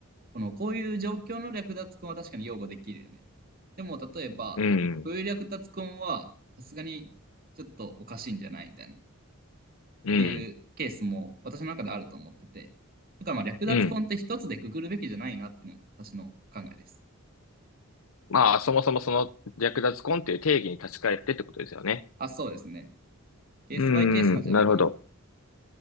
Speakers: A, on the right (about 45°); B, on the left (about 75°).
A: この、こういう状況の略奪婚は確かに擁護できるよね。でも、例えば、
B: うん。
A: こういう略奪婚は、さすがにちょっとおかしいんじゃないみたいな、っ
B: うん。
A: ていうケースも私の中であると思ってて。だからまあ略奪婚って一つでくくるべきじゃないなっていうのが私の考えです。
B: うん。まあ、そもそもその略奪婚っていう定義に立ち返ってってことですよね。
A: あ、そうですね。ケースバイケースなんじゃないかなって。
B: うん。なるほど。